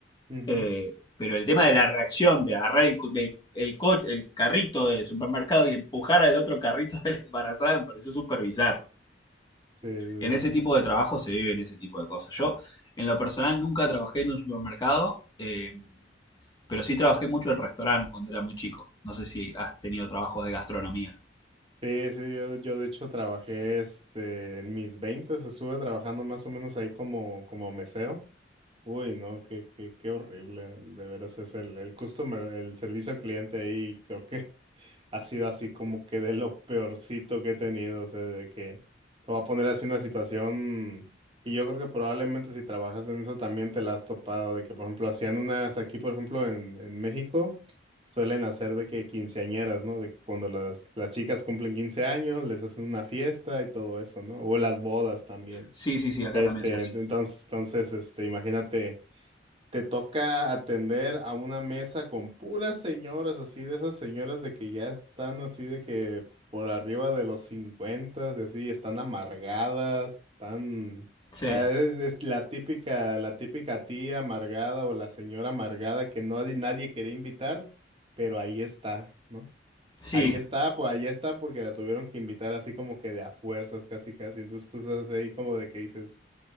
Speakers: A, on the right; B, on the left.
A: ujú,
B: Eh, pero el tema de la reacción, de agarrar el, co- el, el co- el carrito del supermercado y empujar al otro carrito <laughs> de la embarazada me pareció súper bizarro.
A: sí, sí,
B: En ese
A: sí.
B: tipo de trabajo se viven ese tipo de cosas. Yo, en lo personal, nunca trabajé en un supermercado, eh, pero sí trabajé mucho en restaurante cuando era muy chico. No sé si has tenido trabajos de gastronomía.
A: Sí, sí, yo, yo de hecho trabajé, este, en mis 20, estuve trabajando más o menos ahí como, como mesero. Uy, no, qué, qué, qué horrible, de veras es el, el customer, el servicio al cliente ahí, creo que <laughs> ha sido así como que de lo peorcito que he tenido, o sea, de que te va a poner así una situación que yo creo que probablemente si trabajas en eso también te la has topado, de que por ejemplo hacían unas aquí, por ejemplo, en, en México, suelen hacer de que quinceañeras, ¿no? De que cuando las, las chicas cumplen 15 años, les hacen una fiesta y todo eso, ¿no? O las bodas también.
B: Sí, sí, sí, acá
A: Este,
B: también se hace.
A: entonces, entonces, este, imagínate te toca atender a una mesa con puras señoras, así de esas señoras de que ya están así de que por arriba de los 50 y así, están amargadas, están...
B: Sí,
A: O sea, es, es la típica, la típica tía amargada o la señora amargada que nadie, nadie quería invitar, pero ahí está, ¿no?
B: sí,
A: Ahí está, pues ahí está porque la tuvieron que invitar así como que de a fuerzas, casi casi. Entonces tú estás ahí como de que dices,